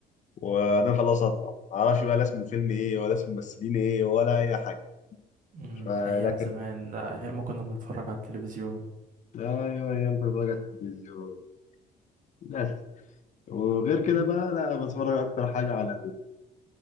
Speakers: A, on the left (about 45°); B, on the right (about 50°).
A: وبعدين خلاص أطلع معرفش بقى لا اسم الفيلم إيه ولا اسم الممثلين إيه ولا أي حاجة
B: امم
A: آه،
B: ايام
A: لكن
B: زمان ده ايام ما كنا بنتفرج على التلفزيون
A: أيوه أيام كنت بتفرج على التلفزيون بس وغير كده
B: مم.
A: بقى لا بتفرج أكتر حاجة على